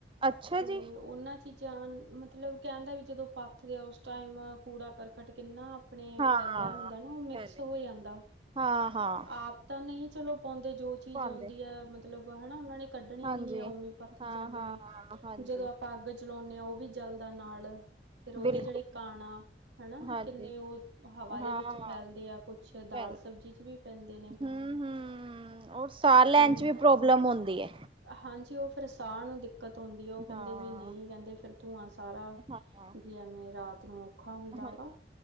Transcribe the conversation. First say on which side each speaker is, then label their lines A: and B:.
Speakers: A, on the right; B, on the right.
A: ਅੱਛਾ
B: ਤੇ
A: ਜੀ
B: ਓਨਾਂ ਚੀਜ ਜਾਂ ਮਤਲਬ ਕੈਨਦਾ ਵੀ ਜਦੋਂ ਪੱਥ ਦੇ ਉਸ ਟਾਈਮ ਕੂੜਾ ਕਰਕਟ ਕਿੰਨਾ ਆਪਨੇ
A: ਹਾਂ
B: ਫੈਲੇਆ ਹੁੰਦਾ ਨਾ ਓ ਮਿਕਸ
A: ਚਲੇ
B: ਹੋ ਜਾਂਦਾ
A: ਹਾਂ ਹਾਂ
B: ਆਪ ਤਾਂ ਨਈ ਚਲੋ ਪਾਂਦੇ ਜੋ ਚੀਜ
A: ਪਾਉਂਦੇ
B: ਆਉਂਦੀਐ ਮਤਲਬ ਹਨਾ ਓਨਾਂ ਨੇ ਕੱਢਣੀ
A: ਹਾਂਜੀ
B: ਵੀ ਨੀਐ ਓਵੀਂ ਪੱਥੀ
A: ਹਾਂ
B: ਜਾਂਦੇ
A: ਹਾਂ
B: ਨੇ
A: ਹਾਂਜੀ
B: ਜਦੋਂ ਆਪਾਂ ਅੱਗ ਚਲਾਉਂਨੇ ਆ ਓ ਵੀ ਜਲ ਦਾ ਨਾਲ ਫੇਰ ਓਦੇ
A: ਬਿਲਕੁਲ
B: ਜੇੜੇ ਕਣ ਆ ਹਨਾ,
A: ਹਾਂਜੀ
B: ਕਿੰਨੇ ਓ ਦ ਹਵਾ ਦੇ
A: ਹਾਂ
B: ਵਿੱਚ ਫੈਲਦੀਆ ਕੁਛ ਦਾਲ
A: ਪਹਿਲ
B: ਸਬਜੀ ਚ ਵੀ ਪੈਂਦੇ ਨੇ।
A: ਹਮ ਹਮ ਔਰ ਸਾਹ ਲੈਣ
B: ਤੇ
A: ਚ ਵੀ ਪ੍ਰੋਬਲਮ ਓੰਦੀ ਐ।
B: ਹਾਂਜੀ, ਓ ਫੇਰ ਸਾਹ ਨੂੰ ਦਿੱਕਤ ਆਉਂਦੀ ਆ, ਓ ਕੈਂਦੇ
A: ਹਾਂ
B: ਵੀ ਨਈਂ ਕੈਂਦੇ ਫੇਰ ਧੂੰਆਂ ਸਾਰਾ
A: ਹਾਂ
B: ਵੀ ਐਵੇਂ ਰਾਤ ਨੂੰ ਔਖਾ ਹੁੰਦਾ
A: ਹਾਂਜੀ
B: ਵਾ।